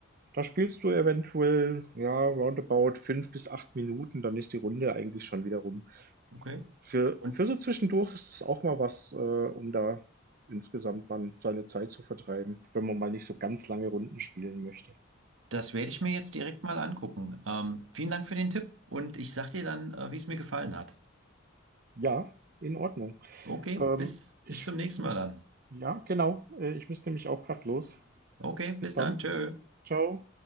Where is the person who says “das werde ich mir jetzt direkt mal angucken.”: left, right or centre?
Right